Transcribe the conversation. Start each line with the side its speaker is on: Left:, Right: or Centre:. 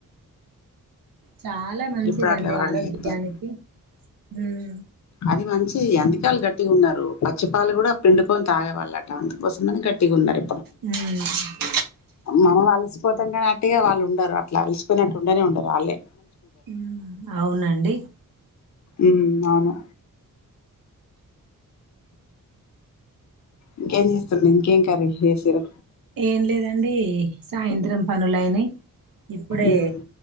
Right: చాలా మంచిదండి
Left: ఇప్పుడు అట్లా ఎవరన్నా
Right: ఆరోగ్యానికి
Left: చేత్తరు
Right: ఉమ్
Left: అది మంచిది అందుకే వాళ్ళు గట్టిగా ఉన్నారు పచ్చిపాలు కూడా పిండుకొని తాగేవాళ్ళట అందుకోసమనే గట్టిగా ఉన్నారు.
Right: ఉమ్
Left: మన వాళ్లు పోతంగా అట్టిగ వాళ్ళు ఉండరు అట్లా అల్సిపోయినట్టు ఉండనే ఉండరు ఆళ్ళే
Right: ఊ అవునండి
Left: ఉ అవును ఇంకేం చేస్తుర్రు ఇంకేం కర్రీ చేసిర్రు
Right: ఏం లేదండి సాయంత్రం పనులయినయి ఇప్పుడే
Left: ఉమ్